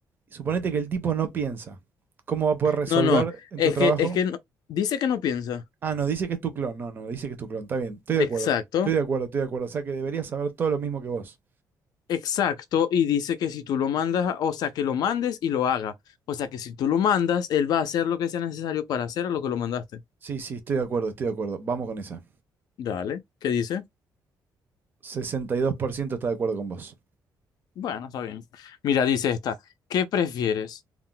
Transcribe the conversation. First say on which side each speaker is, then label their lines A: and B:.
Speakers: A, on the right (about 30°); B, on the left (about 70°).
A: Suponete que el tipo no piensa. ¿Cómo va a poder resolver
B: No, no,
A: en
B: es
A: tu trabajo?
B: que, es que no- dice que no piensa.
A: Ah, no, dice que es tu clon. No, no, dice que es tu clon. Está bien, estoy de
B: Exacto.
A: acuerdo. Estoy de acuerdo, estoy de acuerdo. O sea que deberías saber todo lo mismo que vos.
B: Exacto, y dice que si tú lo mandas, a- o sea, que lo mandes y lo haga. O sea, que si tú lo mandas, él va a hacer lo que sea necesario para hacer a lo que lo mandaste.
A: Sí, sí, estoy de acuerdo, estoy de acuerdo. Vamos con esa.
B: Dale, ¿qué dice?
A: Sesenta y dos por ciento está de acuerdo con vos.
B: Bueno, está bien. Mira, dice esta, ¿qué prefieres?